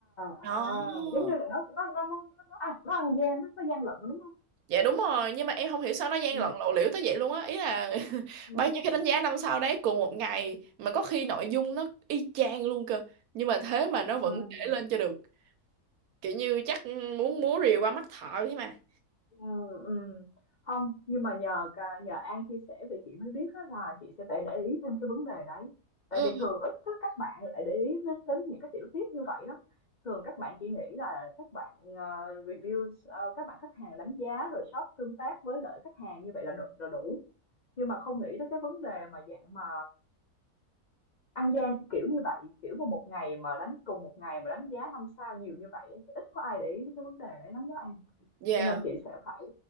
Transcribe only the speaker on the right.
đó
dạ đúng rồi nhưng mà em không hiểu sao nó gian
lận lộ liễu tới vậy luôn á ý là <laughs>
bao nhiêu cái đánh giá năm sao đấy cùng một ngày mà có khi nội dung nó y chang luôn cơ nhưng mà thế mà nó
vẫn để lên cho được kiểu như chắc muốn múa rìu qua mắt thợ ấy mà
Ừ.
Dạ,